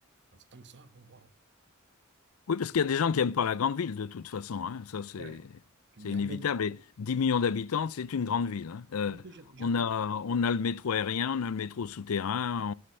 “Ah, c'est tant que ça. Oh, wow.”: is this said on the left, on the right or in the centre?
Right